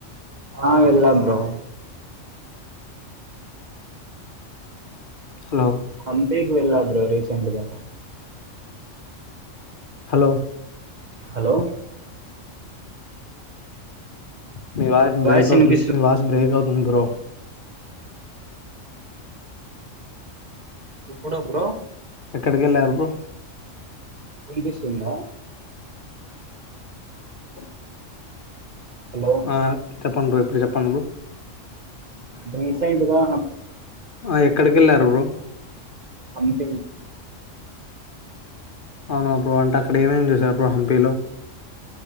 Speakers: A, on the right (about 45°); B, on the left (about 45°).
A: ఆ వెలా బ్రో
B: హలో
A: అ ఈగ వెల్బ్ రీసెంట్ దగా
B: హలో
A: హలో
B: మీ వాస్
A: వాయిస్
B: బ్రేక్
A: వినిపిస్తు
B: అవుతుంది మీ వాస్ బ్రేక్ అవుతుంది బ్రో
A: ఎప్పుడ బ్రో
B: ఎక్కడికి వెళ్ళారు బ
A: ఎ తెస్తుంద
B: ఆ
A: హలో
B: ఆ చెప్పం ఇప్పుడు చెప్పంరు
A: రీసట్గా
B: ఆ ఎక్కడికి వెళ్ళారు బ్రో
A: అంట
B: అవును బ్రో అంటే అక్కడ ఏమేం చూశారు ప్పు హమ్పిేలో